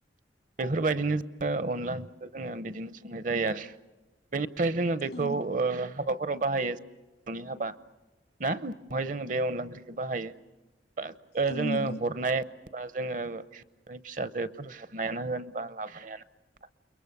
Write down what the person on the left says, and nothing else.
औ
औ नंगौ